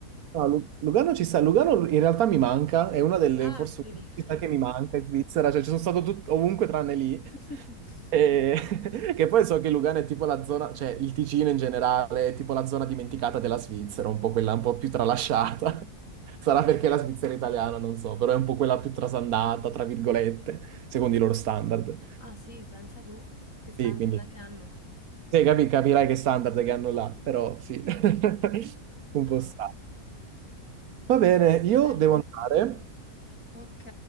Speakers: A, on the right; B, on the left.
A: No, Lu- Lugano ci sta, Lugano in realtà mi manca, è una delle
B: Ah,
A: forse
B: vedi.
A: una città che mi manca in Svizzera, cioè ci sono stato tut- ovunque tranne lì,
B: <laughs>
A: E- <laughs> che poi so che Lugano è tipo la zona, cioè il Ticino in generale è tipo la zona dimenticata della Svizzera, un po' quella un po' più tralasciata, <laughs> sarà perché la Svizzera è italiana, non so, però è un po' quella più trasandata, tra virgolette, secondo i loro standard.
B: Ah sì, pensa tu, che sta
A: Sì,
B: andando
A: quindi
B: da che anno?
A: sì, capi- capirai che standard che hanno là, però sì, <laughs> un
B: No,
A: po'
B: vabbè.
A: strano. Va bene, io
B: Bello.
A: devo andare.
B: Ok,